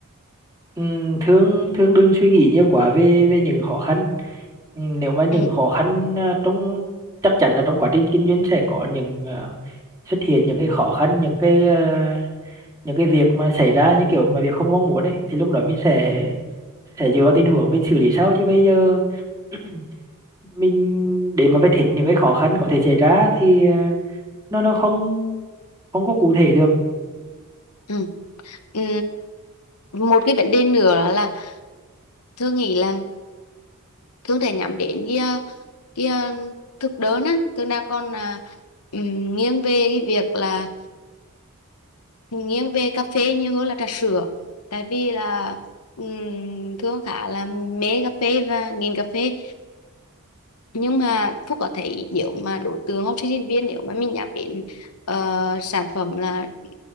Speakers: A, on the right; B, on the left.
A: Ừm, thương thương đừng suy nghĩ nhiều quá về về những khó khăn Ừm, nếu mà những
B: um,
A: khó khăn à, trong chắc chắn là trong quá trình kinh doanh sẽ có những à, xuất hiện những cái khó khăn những cái à, những cái việc mà xảy ra như kiểu mà việc không mong muốn ấy thì lúc đó mình sẽ sẽ dựa vào tình huống mình xử lý sau chứ bây giờ <clears throat> mình để mà vết hết những cái khó khăn có thể xảy ra thì ờ, nó nó không không có cụ thể được
B: Ừ. Ừ. Một cái vấn đề nữa là là Thương nghĩ là Thương thể nhắm đến cái ờ, cái ờ, thực đơn á Thương đang còn à, ừm, nghiêng về cái việc là nghiêng về cà phê nhiều hơn là trà sữa tại vì là ừm, Thương khá là mê cà phê và nghiền cà phê nhưng mà Phúc có thấy nếu mà đối tượng học sinh sinh viên nếu mà mình nhắm đến ờ, sản phẩm là ừ,